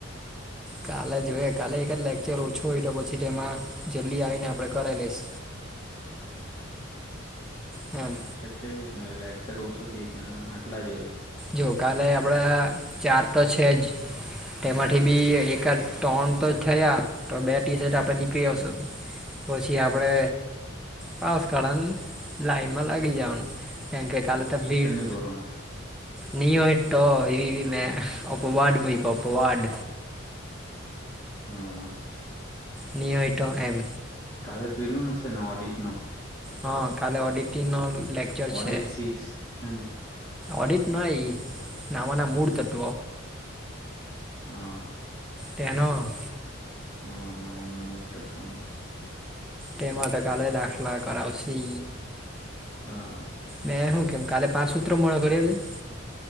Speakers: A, in the centre; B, on the left.
A: કાલે જોઈએ કાલે એક જ લેક્ચર ઓછું હોય તો પછી તેમાં જલ્દી આવીને આપડે કરાવી લઈશ. હેને
B: <unintelligible>
A: જો કાલે આપડા ચાર તો છે જ તેમાંથી બી એકાદ ટ્રણ તો થયા તો બે ટી શર્ટ આપણે નીકળી આવશું. પછી આપડે પાસ કાઢવાની લાઈનમાં લાગી જવાનું એમ કે કાલ તો ભીડ
B: બરા <unintelligible>
A: ન હોય ટો એ મેં અપવાડ મુયકો અપવાડ
B: હમ.
A: ની હોય ટો એમ
B: કાલે પેલું નશે ને ઓડિટ નો
A: હા કાલે ઓડિટીગ નો લેક્ચર
B: ઓડિટ
A: છે.
B: સિક્સ હેને
A: ઓડિટ નય નામાના મૂળતત્વ
B: હા
A: એનો
B: હ નામાના મૂળતત્વનો
A: તે માટે કાલે દાખલા કરાવશે.
B: હા
A: મેં હું કેમ કાલે પાંચ સૂત્ર મોઢે કરી આવજે ને.